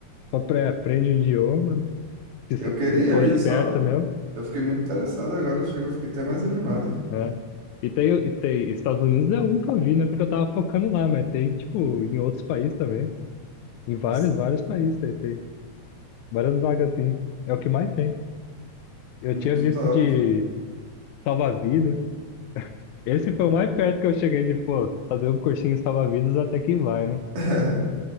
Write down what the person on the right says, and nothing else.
Eu
queria
isso,
ó.
Eu fiquei muito interessado agora, chegou, fiquei até mais animado.
Nossa,
Muito
top.
<laughs>